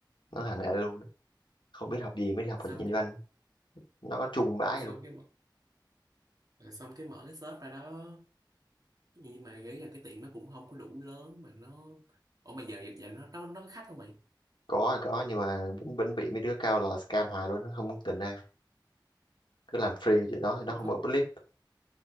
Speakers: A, on the left (about 80°); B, on the right (about 50°).
A: nó thẳng lại luôn đó. không biết học gì mới đi học
B: xong
A: quản trị kinh doanh nó có chung vãi
B: xong
A: luôn
B: cái mở- à, xong cái mở cái shop ra đó nhưng mà ý là cái tiệm nó cũng không có đủ lớn mà nó ủa mà giờ giờ nó nó nó có khách không
A: có thì có nhưng mà vẫn vẫn bị mấy đứa cao là scam hoài luôn nó không tỉnh ra cứ làm free chuyện đó thì nó
B: mày
A: không ở clip